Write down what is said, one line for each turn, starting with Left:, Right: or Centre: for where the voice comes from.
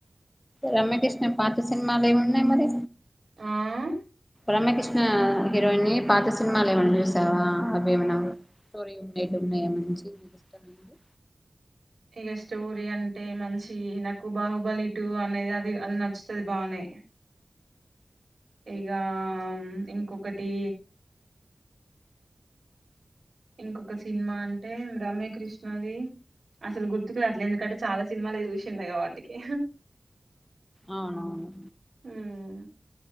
Left: రమ్యకృష్ణ పాత సినిమాలు లేమున్నాయి మరి
Right: ఆ!
Left: రమ్యకృష్ణ ఆ హీరోయినీ పాత సినిమాలు లేమన్న జుసావా అవే మన స్టోరీ ఉన్నయిటు ఉన్నాయా మంచి మీకు ఇష్టమైంది
Right: ఇగ స్టోరీ అంటే మంచి నాకు బాహుబలి టూ అనేది అది అది నచ్చుతది బానే ఇగా ఇంకొకటీ ఇంకొక సినిమా అంటే రమ్యకృష్ణది అసలు గుర్తుకురాట్లే ఎందుకంటే చాలా సినిమాలు చూసిండే కాబట్టికి
Left: అవునవును
Right: హ్మ్